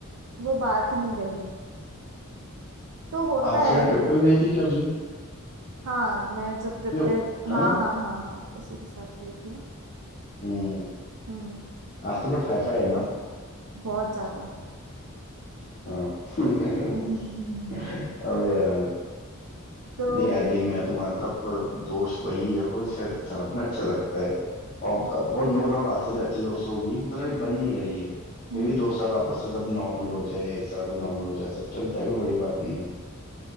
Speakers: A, on the right (about 80°); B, on the left (about 40°).
A: वो बात नहीं रही तो होता
B: आज
A: है
B: का ट्रिप पे गई थी क्या अभी
A: हाँ मैं जब ट्रिप
B: क्यों
A: पे हाँ
B: है ना
A: हाँ हाँ हाँ उसी के साथ गई थी ना
B: हम्म
A: हम्म
B: आज तो बहुत हाई फाई है ना
A: बहुत ज्यादा
B: हाँ <laughs>
A: <laughs>
B: अबे यार
A: तो
B: नहीं यार देख मैं तो मानता हूँ आपको दोस्त वही रखो शायद साथ में अच्छा लगता है और वो नो डाउट आज से तो अच्छी दोस्त होगी मतलब अभी बन नहीं रही है
A: हम्म
B: मे भी दो साल वापस से सब नॉर्मल हो जाए या एक साल में नॉर्मल हो जाए सब चलता है कोई बड़ी बात नहीं है